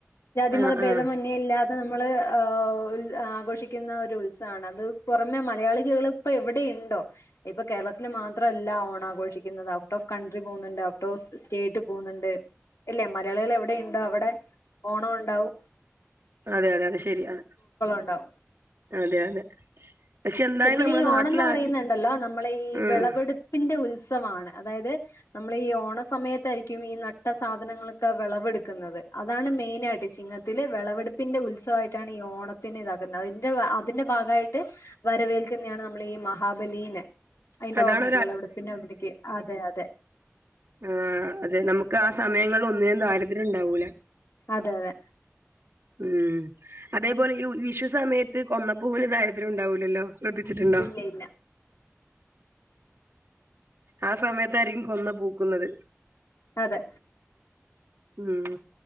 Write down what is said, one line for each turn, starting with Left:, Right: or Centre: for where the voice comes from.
Left: ജാതിമത
Right: ആഹ്
Left: ഭേദമന്യേ.
Right: ആഹ്
Left: ഇല്ലാതെ നമ്മള് ഏ ആഘോഷിക്കുന്ന ഒരു ഉത്സവാണ് അത് പുറമെ മലയാളികേള് ഇപ്പൊ എവിടെയുണ്ടോ? ഇപ്പൊ കേരളത്തില് മാത്രല്ല ഓണാഘോഷിക്കുന്നത് ഔട്ട് ഓഫ് കൺട്രി പോന്നുണ്ട് ഔട്ട് ഓഫ് സ്റ്റേറ്റ് പോന്നുണ്ട്. ഇല്ലെ മലയാളികള് എവിടെയുണ്ടോ അവിടെ ഓണോ ഒണ്ടാവും.
Right: അതെ അതെ അത് ശെരിയാണ്.
Left: ഉണ്ടാവും
Right: അതെ അതെ. പക്ഷെ എന്തായാലും
Left: ശെരിക്കു
Right: നമ്മുടെ
Left: ഈ
Right: നാട്ടിൽ
Left: ഓണംന്ന് പറയുന്നുണ്ടല്ലോ
Right: ആ
Left: നമ്മളെ ഈ
Right: ഉം
Left: വെളവെടുപ്പിന്റെ ഉത്സവാണ് അതായത്. നമ്മളീ ഓണ സമയത്തായിരിക്കും ഈ നട്ട സാധനങ്ങളൊക്കെ വെളവെടുക്കുന്നത് അതാണ് മെയിനായിട്ട് ചിങ്ങ ത്തില് വെളവെടുപ്പിന്റെ ഉത്സവായിട്ടാണ് ഈ ഓണത്തിന് ഇതാകുന്നത് അതിന്റെ അതിന്റെ ഭാഗായിട്ട്. വരവേൽക്കുന്നെയാണ് നമ്മളീ മഹാബലീനെ അയിന്റെ
Right: അതാണ്
Left: ഓർമ്മയ്ക്ക് വെളവെടുപ്പിന്റെ ഓർമ്മക്ക് അതെ അതെ.
Right: ആ, അതെ നമുക്ക് ആ സമയങ്ങളിൽ ഒന്നിനും ദാരിദ്ര്യം ണ്ടാവൂല.
Left: അതഅതെ.
Right: ഉം, അതേപോലെ ഈ വിഷു സമയത്ത് കൊന്നപ്പൂവിന് ദാരിദ്ര്യം ഉണ്ടാവൂലല്ലോ. ശ്രദ്ധിച്ചിട്ടുണ്ടോ?.
Left: ഇല്ല ഇല്ല
Right: ആ സമയത്തായിരിക്കും കൊന്ന പൂക്കുന്നത്.
Left: അതെ
Right: ഉം